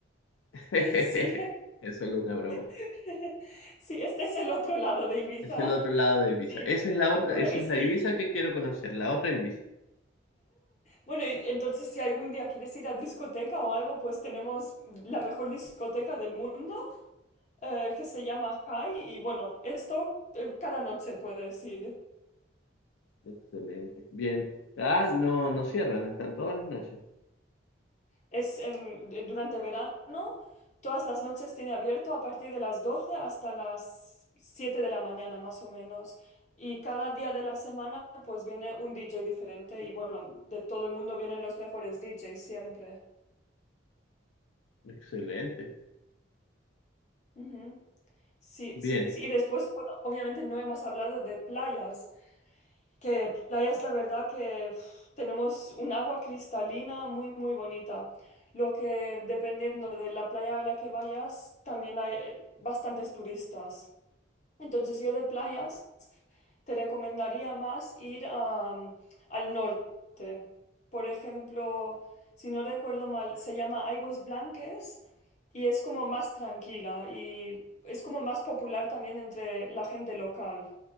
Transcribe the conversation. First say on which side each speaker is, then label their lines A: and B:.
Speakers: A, on the left; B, on the left.
A: <laughs>
B: Sí,
A: Es solo una broma.
B: <laughs> sí, este es el otro lado de Ibiza.
A: Es el otro lado de Ibiza.
B: Sí.
A: Esa es la otra,
B: Bueno,
A: esa
B: y
A: es
B: si,
A: la Ibiza que quiero conocer, la otra Ibiza.
B: Bueno, y entonces si algún día quieres ir a discoteca o algo, pues tenemos la mejor discoteca del mundo eh, que se llama High y bueno, esto eh, cada noche puedes ir.
A: Excelente. Bien. Ah,
B: Sí.
A: no, no cierran, están todas las noches.
B: Es em, de- durante verano, todas las noches tiene abierto a partir de las 12 hasta las 7 de la mañana más o menos. Y cada día de la semana pues viene un DJ diferente y bueno, de todo el mundo vienen los mejores DJs siempre.
A: Excelente.
B: Ujú. Sí,
A: Bien,
B: sí, sí. Y después, bueno, obviamente no hemos hablado de playas, que playas, la verdad que uf, tenemos un agua cristalina muy, muy bonita. Lo que dependiendo de la playa a la que vayas, también hay eh, bastantes turistas. Entonces yo de playas te recomendaría más ir am, al norte. Por ejemplo, si no recuerdo mal, se llama Aigües Blanques y es como más tranquila y es como más popular también entre la gente local.